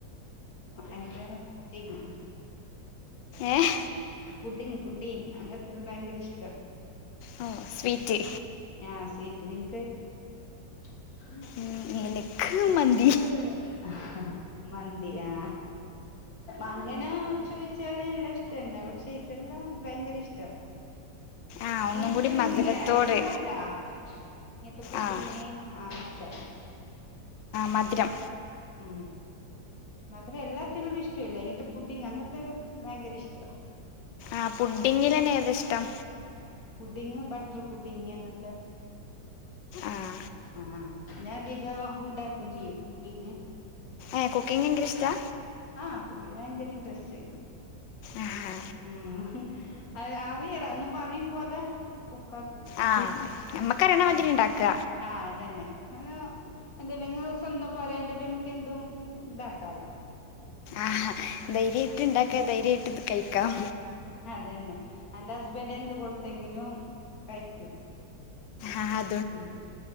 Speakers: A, on the left; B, on the left.
A: എന്റെ പുഡിംഗ്.
B: ഏഹ്
A: പുഡിങ് പുഡിങ് അങ്ങത്തെല്ല ഭയങ്കര ഇഷ്ട
B: ഓ സ്വീറ്റ്
A: ആഹ് സീറ്റ് നിങ്ങക്ക്? <unintelligible>
B: ഉം എനിക്ക് മന്തി
A: ഹഹഹ മന്തിയാ അങ്ങനെ ചോദിച്ചാല് എല്ലാ ഇഷ്ടന്നെ പക്ഷേ ഇതെല്ലാം ഭയങ്കര ഇഷ്ടാ.
B: ആഹ്
A: സ്വീറ്റ്സ്
B: ഒന്നും കൂടി
A: ഇല്ലെങ്കില്ലയ
B: മധുരത്തോട്
A: അല്ല. ഇങ്ങത്തെ പുഡിങ്ങ്
B: ആഹ്
A: ആഹ് ങ്ങത്തള്ളേ
B: മധ്രം
A: ഉം. മധുരംല്ലാത്തിനോടും ഇഷ്ടല്ല ഇങ്ങനത്തെ പുഡിങ് അങ്ങനത്തെ ഭയങ്കര ഇഷ്ടാണ്
B: ആ് പുഡിങ്കിലന്നെ ഏത ഇഷ്ടം?
A: പുഡിങ് ബട്ടർ പുഡിങ് അങ്ങത്തെ
B: ആഹ്
A: ആഹ് ഞാൻ അധികം ഉണ്ടാക്കയും ചെയ്യും പുഡിങ്.
B: ഏ കുക്കിംഗ് യങ്കരീഷ്ടാ?
A: ആഹ് കുക്കിംങ് ഭയങ്കര ഇൻട്രസ്റ്റ്
B: ആഹാ
A: ഉം അത് അറിയലോ എന്നുംമ്പറയും പോലെ കുക്കാക്കൂ
B: ആഹ് ഞമ്മക്കറിയ്ണമാതിരിണ്ടാക്ക
A: ആഹ് അതന്നെ <unintelligible> എന്തല്ലെങ്ങുസൊന്നു പൊരേ എന്തോട്ടേ മ്മക്ക് എന്തും ഇതാക്കാലോ.
B: ആഹ് ധൈര്യായിട്ട് ഇണ്ടാക്ക ധൈര്യായിട്ട് ഇത് കഴിക്കാം.
A: അതന്നെ എന്റെ ഹസ്ബൻഡ് എന്ത് കൊടുത്തെങ്കിലും കയിക്കും.
B: ആഹ്
A: ഉം